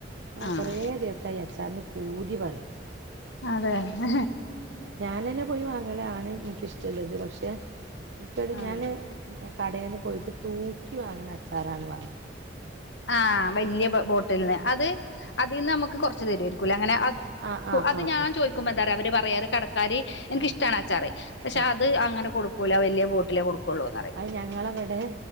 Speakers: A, on the right; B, on the left.
A: ഞാൻ
B: ആഹ്
A: കൊറേ ദിവസയി അച്ചാറിന് പൂതി പറിണ്.
B: അതെ ഹെ
A: ഞാനന്നെ പോയി വാങ്ങലാണ് ഇൻക്കിഷ്ടള്ളത് പക്ഷെ ഇന്ക്
B: ആഹ്
A: ഞാന്. ഞാൻ കടേന്ന് പോയിട്ട് തൂക്കി വാങ്ങുന്ന അച്ചാറാണ് വാങ്ങ
B: ആഹ് വല്ല്യ ബോട്ടിൽ ന്ന് അത് അതിന്ന് അമ്മക്ക് കൊർച് തരുയിരിക്കുലെ അങ്ങനെ അത്‌
A: ആഹ് ആഹ്
B: അത്
A: ആഹ്
B: ഞാൻ ചോദിക്കുമ്പോ എന്താറ അവര് പറയാറ് കടക്കാര് എൻ ക്ക്
A: ആഹ് ആഹ്
B: ഇഷ്ടാണ അച്ചാർ. പക്ഷെ
A: ആഹ്
B: അത് അങ്ങനെ കൊടുക്കൂല വല്ല്യ ബോട്ടിലേ കൊട് ക്കൊള്ളൂന്ന് പറിം.
A: ഞങ്ങളവടെ